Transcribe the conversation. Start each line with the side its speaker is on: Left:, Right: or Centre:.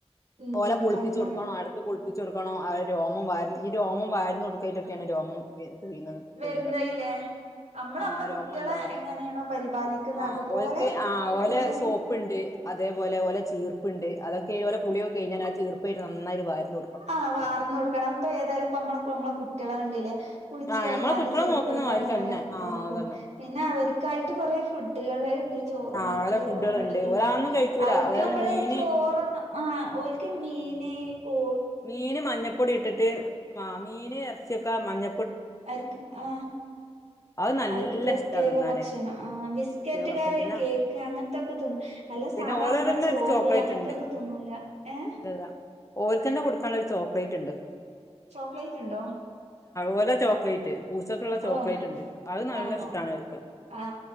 Right: ഉം
Left: ഓലെ കുളിപ്പിച്ചു
Right: അങ്ങനെ
Left: കൊടുക്കണോ എടക്ക് കുളിപ്പി വിച്ച് കൊടുക്കണം ആ രോമം വാരുന്നു ഈ രോമം വാരുന്നു ഏതൊക്കെയാണ് രോമം വീഴ്ന്നത്
Right: വരുന്നതില്ലേ
Left: പൊഴിയുന്നത്
Right: നമ്മള് നമ്മളെ
Left: ആ രോമല്ലോ
Right: കുട്ടികളെ
Left: അവിടെ
Right: എങ്ങനെയാണോ പരിപാലിക്കുന്നത്
Left: ആ
Right: അതുപോലെ
Left: ഓൾക്ക് ആ
Right: പൂച്ചേനേം
Left: ഓല സോപ്പിണ്ട്. അതേപോലെ ഓലെ ചീർപ്പിണ്ട് അതൊക്ക ഇതുപോലെ കുളിയൊ കഴിഞ്ഞാൽ ആ ചീർ- ഇപ്പൊ ഇരുന്നു നന്നായിരു വാരുന്നു
Right: ആ വാർന്ന് കൊടുക്കണം ഇപ്പൊ ഏതായാലും പ്പമ്മളക്കു മ്മളക്കു കുട്ട്യളെ കണ്ടീലേ കുളിച്ചു
Left: ആ
Right: കഴിഞ്ഞാല്
Left: ഞമ്മളെ കുട്ടികളെ
Right: ചീർപ്പെടുത്താണ്ട്
Left: നോക്കുന്ന മാതിരിക്കന്നെ ആ
Right: നോക്കുന്ന്
Left: അതന്നെ
Right: പിന്നെ അവർക്കായിട്ട്
Left: ഉം
Right: കുറേ ഫു ട്ടികള് ചൊ <unintelligible>
Left: ആഹ് ഓലെ ഫുഡുകളുണ്ട് ഒരാളൊന്നും കഴിക്കൂല
Right: അവർക്ക്
Left: അതേപോലെ
Right: നമ്മള്
Left: മീന്
Right: ചോറ് ആ ഓൽക്ക് മീന് നീ കോ
Left: മീന് മഞ്ഞപ്പൊടി ഇട്ടിട്ട് ആ മീന് ഇറച്ചിയൊക്കെ മഞ്ഞ
Right: അവർക്ക് ആ
Left: അത് നല്ല
Right: അവർക്ക് പ്രത്യേക
Left: ഇഷ്ടാ തിന്നാന്
Right: ഭക്ഷണം ആ ബിസ്കറ്റ്
Left: പ്രത്യേക ഭക്ഷണം
Right: കറി
Left: പിന്നെ
Right: കേക്ക് അങ്ങനത്തൊക്കെ തിന്നും
Left: ഉം
Right: അല്ല
Left: പിന്നെ
Right: സാധാ
Left: ഓലെ
Right: നമ്മളെ
Left: തന്നെ
Right: ചോറ്
Left: ഒരു ചോക്ലേറ്റ്
Right: അങ്ങനത്തൊന്നും
Left: ഉണ്ട്
Right: തിന്നൂല. ഏ
Left: ഇന്റതാ ഓൽക്കന്നെ കൊടുക്കാനുള്ള ചോക്ലേറ്റ് ഇണ്ട്.
Right: ചോക്ലേറ്റ് ഇണ്ടോ?
Left: ഓലെ ചോക്ലേറ്റ് പൂച്ചക്കുള്ള
Right: ഓ
Left: ചോക്ലേറ്റ് ഉണ്ട് അത് നല്ല
Right: ആണോ
Left: ഇഷ്ടാണ് അവർക്ക്
Right: ആ